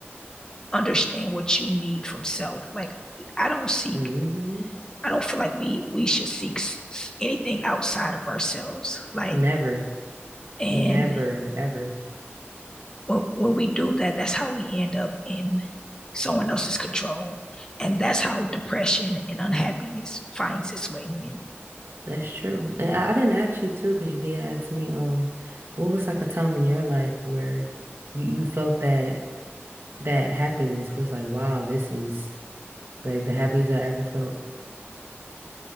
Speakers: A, on the left (about 15°); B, on the right (about 65°).
A: understand what you need from self. Like I don't seek.
B: hmm
A: I don't feel like we we should seek anything outside of ourselves. Like
B: Never.
A: and
B: Never. Ever.
A: when, when we do that, that's how we end up in someone else's control. And that's how depression and unhappiness finds its way in.
B: That's true. And I, I didn't ask you too, because you did ask me, um, what was like a time in your life where you you felt that that happiness was like, wow, this is like the happiest I ever felt.